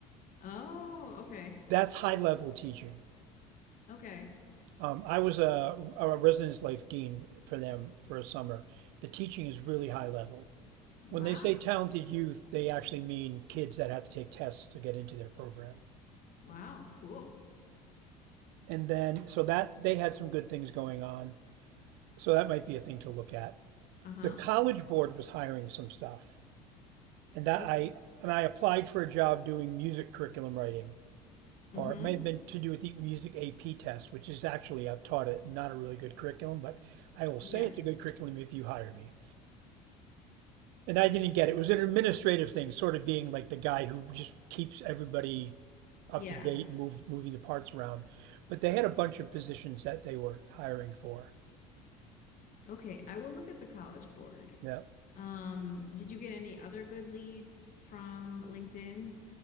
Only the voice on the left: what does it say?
oh, okay.
Okay.
Wow.
Wow, cool.
Uh-huh.
Okay.
Mm-hmm.
Yeah.
Yeah.
Okay. I will look at the College Board.
Um, did you get any other good leads from LinkedIn